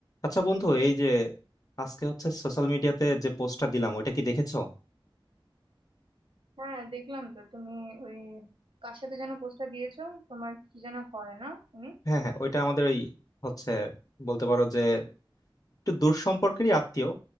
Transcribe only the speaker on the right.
হ্যাঁ দেখলাম তো তুমি ওই কার সাথে যেন পোস্টটা দিয়েছো তোমার কি যেন হয় না উনি